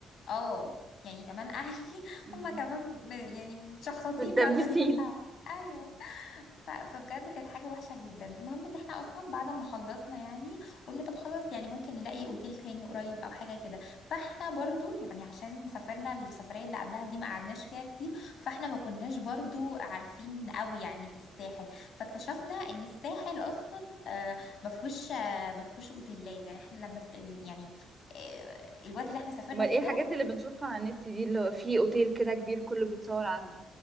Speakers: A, on the left (about 65°); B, on the right (about 20°).
A: اه يعني كمان اهلي <laughs>
B: مم.
A: هما كمان م- يعني متشحططين
B: بتدبسين
A: بقى كلنا سوا ايوه ف- فبجد كانت حاجة وحشة جدا المهم ان احنا اصلا بعد ما خلصنا يعني قلنا طب خلاص يعني ممكن نلاقي اوتيل تاني قريب او حاجة كده فاحنا برضو يعني عشان سافرنا السفرية اللي قبلها دي ما قعدناش فيها كتير فاحنا ما كناش برضو عارفين قوي يعني في الساحل فاكتشفنا ان الساحل اصلا آه، ما فيهوش آه، ما فيهوش اوتيلات يعني احنا لما س- يعني آه، الوقت اللي احنا سافرنا
B: امال
A: فيه
B: ايه الحاجات
A: ده
B: اللي بنشوفها على النت دي اللي هو في اوتيل كده كبير كله بيتصور عنه